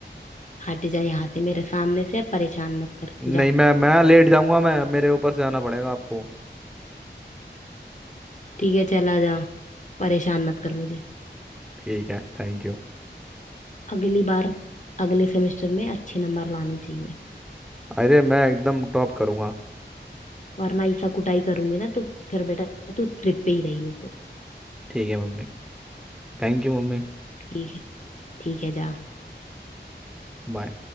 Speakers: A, on the left; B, in the centre.
A: हट जा यहाँ से मेरे सामने से परेशान मत कर
B: नहीं
A: जा
B: मैं मैं लेट जाऊंगा मैं मेरे ऊपर से आना पड़ेगा आपको
A: ठीक है चला जा परेशान मत कर मुझे
B: ठीक है थैंक यू
A: अगली बार अगले सेमेस्टर में अच्छे नंबर लाने चाहिए
B: अरे मैं एकदम टॉप करूंगा
A: वरना ऐसा कुटाई करूंगी ना तो फिर बेटा तू ट्रिप पे ही रही हो फिर
B: ठीक है mummy Thank you mummy
A: ठीक है ठीक है जा
B: Bye